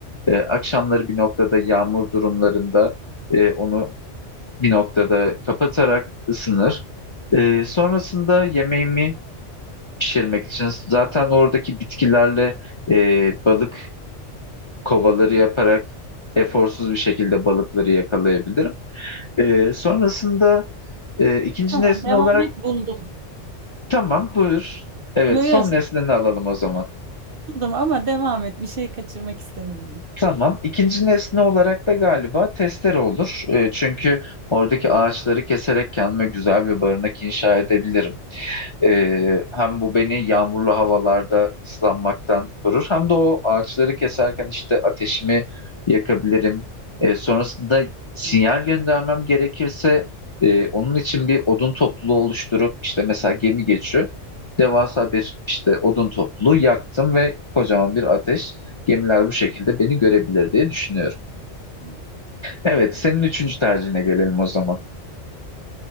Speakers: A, on the left; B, on the right.
A: E, akşamları bir noktada yağmur durumlarında e, onu bir noktada kapatarak ısınır. Ee, sonrasında yemeğimi pişirmek için. Zaten oradaki bitkilerle e, balık kovaları yaparak eforsuz bir şekilde balıkları yakalayabilirim. E, sonrasında e, ikinci
B: Tamam,
A: nesne
B: devam
A: olarak
B: et buldum.
A: tamam buyur. Evet
B: Yo yo
A: son nesneni alalım o zaman.
B: Buldum ama devam et. Bir şey kaçırmak istemiyorum.
A: Tamam. İkinci nesne olarak da galiba testere olur. E, çünkü oradaki ağaçları keserek kendime güzel bir barınak inşa edebilirim. Ee, hem bu beni yağmurlu havalarda ıslanmaktan korur hem de o ağaçları keserken işte ateşimi yakabilirim. Ee, sonrasında sinyal
B: Hı
A: göndermem gerekirse e, onun için bir odun topluluğu oluşturup işte mesela gemi geçiyor. Devasa bir işte odun topluluğu yaktım ve kocaman bir ateş. Gemiler bu şekilde beni görebilir diye düşünüyorum.
B: hı.
A: Evet, senin üçüncü tercihine gelelim o zaman.